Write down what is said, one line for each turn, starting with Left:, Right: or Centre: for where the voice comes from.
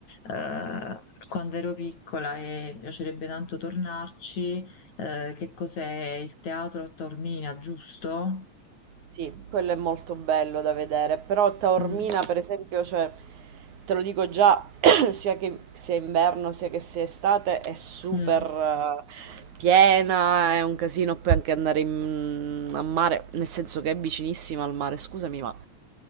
Left: eh, quando ero piccola e mi piacerebbe tanto tornarci, eh, che cos'è il teatro a Taormina, giusto?
Right: Sì, quello è molto bello da vedere, però Taormina
Left: Mm,
Right: per esempio, cioè, te lo dico già, <clears throat> sia che sia inverno sia che sia estate, è super
Left: mm.
Right: eh,
Left: <coughs>
Right: piena, è un casino poi anche andare in- mm, a mare, nel senso che è vicinissima al mare, scusami, ma